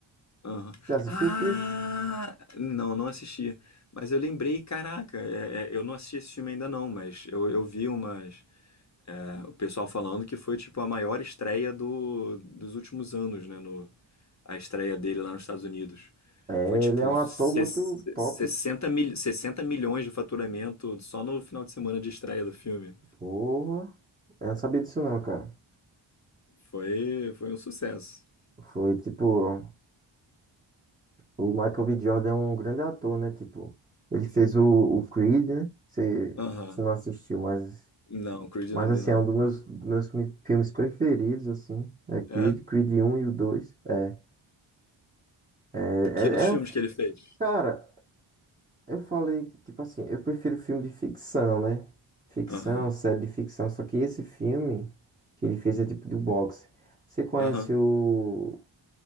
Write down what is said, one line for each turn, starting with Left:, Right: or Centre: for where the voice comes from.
Left: Aham.
Right: Você assistiu
Left: Ah,
Right: o Creed?
Left: não, não assisti. Mas eu lembrei, caraca, é- é, eu não assisti esse filme ainda não, mas eu, eu vi umas, O pessoal falando que foi tipo a maior estreia do, dos últimos anos, né? No, a estreia dele lá nos Estados Unidos.
Right: É,
Left: Foi tipo
Right: ele é um ator
Left: ses-
Right: muito top.
Left: 60, mil, 60 milhões de faturamento só no final de semana de estreia do filme.
Right: Porra. Eu não sabia disso, não, cara.
Left: Foi, foi um sucesso.
Right: Foi tipo. O Michael B. Jordan é um grande ator, né? Tipo, ele fez o, o Creed, né? Você,
Left: Aham.
Right: você não assistiu, mas,
Left: Não, Creed
Right: mas
Left: eu não
Right: assim,
Left: vi não.
Right: é um dos meus, dos meus mi- filmes preferidos, assim. É Creed,
Left: É?
Right: Creed um e o 2. É, é, é,
Left: Que outros
Right: é
Left: filmes
Right: um fi-
Left: que ele fez?
Right: Cara, eu falei que, tipo assim, eu prefiro filme de ficção, né? Ficção,
Left: Aham.
Right: série de ficção. Só que esse filme que ele fez é tipo do boxe. Você conhece
Left: Aham.
Right: o,